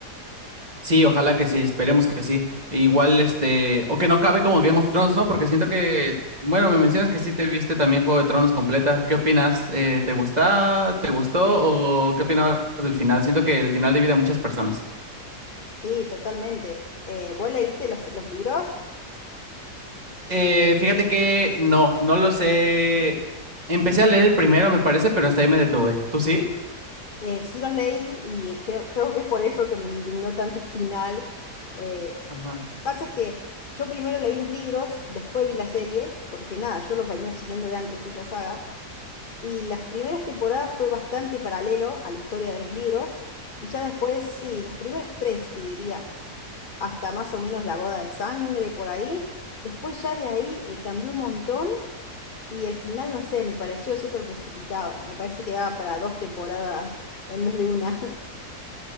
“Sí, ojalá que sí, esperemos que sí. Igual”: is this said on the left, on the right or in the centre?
Right